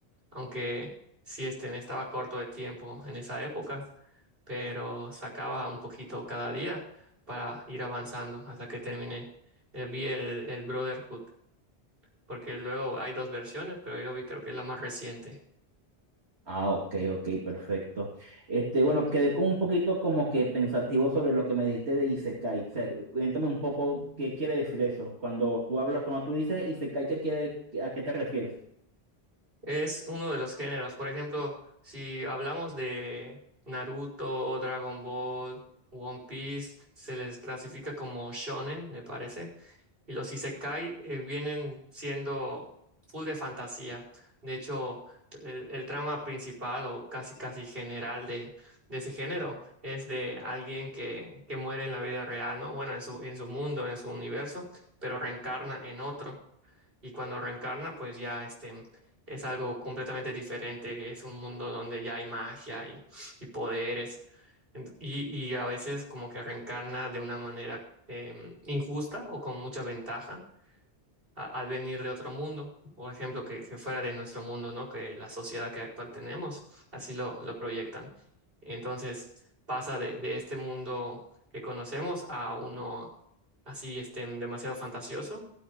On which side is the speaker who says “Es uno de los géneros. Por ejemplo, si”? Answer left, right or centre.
Right